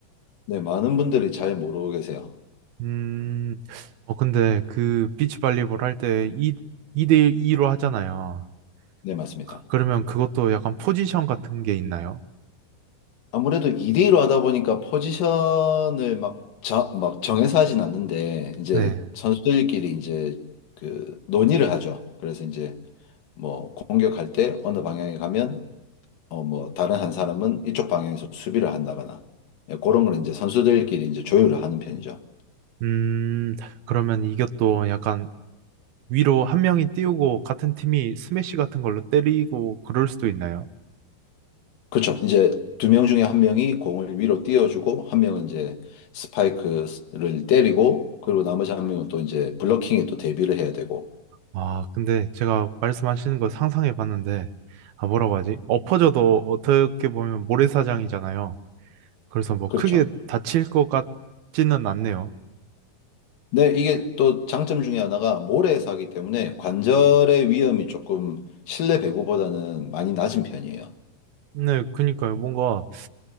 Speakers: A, on the left; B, on the right.
A: 네, 많은 분들이 잘 모르고 계세요.
B: 음, 어, 근데 그 비치발리볼 할 때 2, 이대 2로 하잖아요.
A: 네, 맞습니다.
B: 그- 그러면 그것도 약간 포지션 같은 게 있나요?
A: 아무래도 2대1로 하다 보니까 포지션을 막, 자, 막 정해서 하진 않는데, 이제
B: 네.
A: 선수들끼리 이제 그 논의를 하죠. 그래서 이제 뭐 공격할 때 어느 방향에 가면, 어, 뭐 다른 한 사람은 이쪽 방향에서 수비를 한다거나, 예, 그런 걸 이제 선수들끼리 이제 조율을 하는 편이죠.
B: 음, 그러면 이것도 약간 위로 한 명이 띄우고 같은 팀이 스매시 같은 걸로 때리고 그럴 수도 있나요?
A: 그렇죠. 이제 두 명 중에 한 명이 공을 위로 띄워주고 한 명은 이제 스파이크를 때리고 그리고 나머지 한 명은 또 이제 블러킹에 또 대비를 해야 되고
B: 아, 근데 제가 말씀하시는 거 상상해 봤는데, 아, 뭐라고 하지? 엎어져도 어떻게 보면 모래사장이잖아요. 그래서 뭐
A: 그렇죠.
B: 크게 다칠 것 같지는 않네요.
A: 네, 이게 또 장점 중에 하나가 모래사기 때문에 관절의 위험이 조금 실내 배구보다는 많이 낮은 편이에요.
B: 네, 그니까요. 뭔가